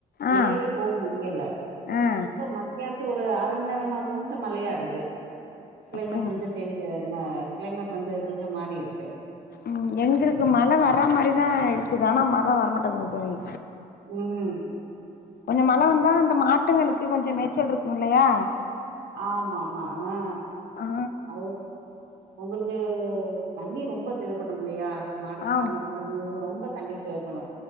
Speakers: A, on the right; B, on the left.
A: வெளியவே
B: ஆ
A: போவ் முடியல
B: ஆ
A: இப்ப மத்தியா ஒரு அரம நேர்மா கொஞ்சோ மழையா இருக்கு க்ளைமட்
B: அப்டிங்க
A: கொஞ்சோ சேஞ்ஜு அ க்ளைமேட் வந்து கொஞ்சோ மாறிருக்கு
B: ம் எங்களுக்கு மழ வர்ற மாரிதா இருக்குது ஆனா மழ வரமாட்டேங்குது தோழி
A: ம்
B: கொஞ்சோ மழ வந்தா அந்த மாட்டுங்களுக்கு கொஞ்சோ மேச்சல்ருக்கூ இல்லையா
A: ஆமாமா ஆ
B: ஆ
A: அது உங்களுக்கு தண்ணி ரொம்ப தேவப்படுமில்லையா மாடு பராமரிக்கனு
B: ஆமா
A: அய்யோ ரொம் ப தண்ணி தேவைப்படூ